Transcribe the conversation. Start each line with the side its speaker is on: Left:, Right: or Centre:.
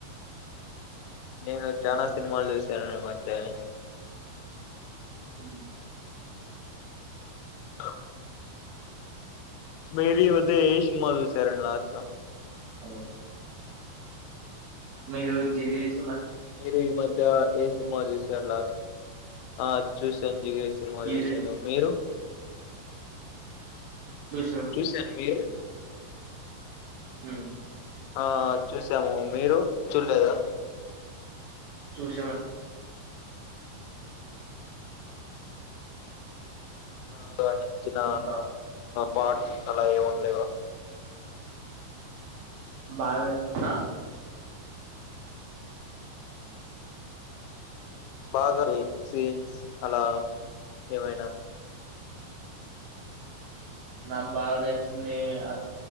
Left: నేను చానా సినిమాలు చూశాను మీ మధ్య నే
Right: హ
Left: అ మెర మ ఏషిమాధు చూసారండీ లాస్ట్ లా
Right: హలో మీరు జిడియస్
Left: మీరు ఈ మధ్య ఏ సినిమా చూసారు లాస్ట్ ఆ చూసంజిగ సినిమా
Right: జిది
Left: చూశాను మీరు
Right: చూసాం
Left: చూశాను మీరు
Right: హమ్
Left: ఆ చూసాము మీరు చూడలేదా
Right: చూసిన
Left: అ నచ్చిన
Right: అంత
Left: పాట అలా ఏముండలేవా
Right: బారత్ అ
Left: బాగా ఈ సీన్స్ అలా ఏవైనా
Right: నా బారసని అ